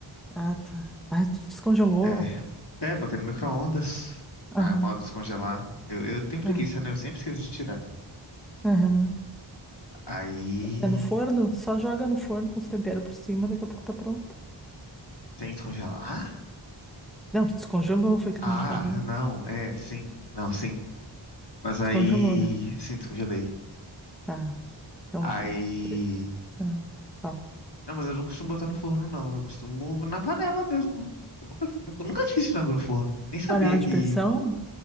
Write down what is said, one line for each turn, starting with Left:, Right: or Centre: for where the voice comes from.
Centre: Ah, tá. Ah, descongelou.
Left: É, é, botei no micro-ondas.
Centre: Aham,
Left: Ah, é o mal de descongelar. Eu, eu tenho preguiça,
Centre: aham,
Left: né? Eu sempre esqueço de tirar.
Centre: aham.
Left: Aí,
Centre: É no forno? Só joga no forno com os temperos por cima, daqui a pouco tá pronto.
Left: sem descongelar?
Centre: Não, tu descongelou, foi o
Left: Ah,
Centre: que tu me falou.
Left: não, é, sim. Não, sim. Mas aí,
Centre: Descongelou, né?
Left: sim, descongelei.
Centre: Tá. Então,
Left: Aí.
Centre: pu- pre- ah, fala.
Left: Não, mas eu não costumo botar no forno, não. Eu costumo na panela mesmo. Eu nunca, nunca, nunca fiz frango no forno. Nem sabia
Centre: Panela de
Left: que.
Centre: pressão?